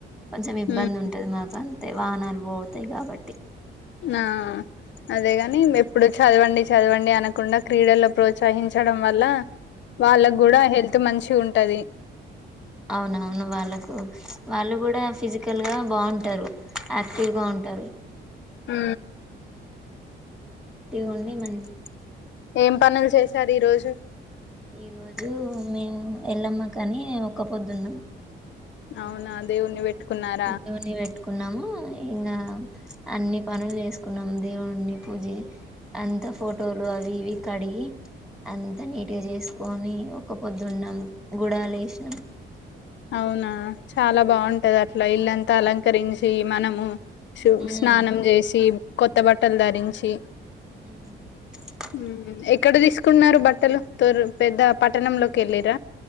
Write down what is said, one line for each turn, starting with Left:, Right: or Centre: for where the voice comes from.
Centre: కొంచెం ఇబ్బంది
Left: మ్మ్
Centre: ఉంటది మాకు. యి వాహనాలు పోతాయి కాబట్టి
Left: ఆ అదేగాని ఎప్పుడు చదవండి, చదవండి అనకుండా క్రీడల్లో ప్రోత్సహించడం వల్ల వాళ్ళకి కూడా హెల్త్ మంచి వచ్చి ఉంటది.
Centre: అవునవును వాళ్ళకు వాళ్ళు కూడా ఫిజికల్ గా బాగుంటారు. యాక్టివ్ గా ఉంటారు.
Left: హ
Centre: ఇగోండి మంచి
Left: ఏం పనులు చేశారు ఈ రోజు.
Centre: ఈ రోజు మేము ఎళ్లమ్మ కానీ ఒక్క పొద్దున్నాం
Left: అవునా దేవుణ్ణి పెట్టుకున్నారా
Centre: దేవుని పెట్టుకున్నాము ఇంకా అన్ని పనులు చేసుకున్నాం. దేవుని పూజ అంత ఫోటోలు అవి ఇవి కడిగి అంతా నీట్గా చేసుకొని ఒక పొద్దున్నాం గుడాలు వేసినాం.
Left: అవునా చాలా బాగుంటది అట్ ల ఇల్లంతా అలంకరించి మనము సు
Centre: ఉమ్
Left: స్నానం చేసి కొత్త బట్టలు ధరించి
Centre: ఉ <unintelligible>
Left: మ్మ్ ఎక్కడ తీసుకున్నారు బట్టలు తొర్ పెద్ద పట్టణంలోకి ఎల్లిర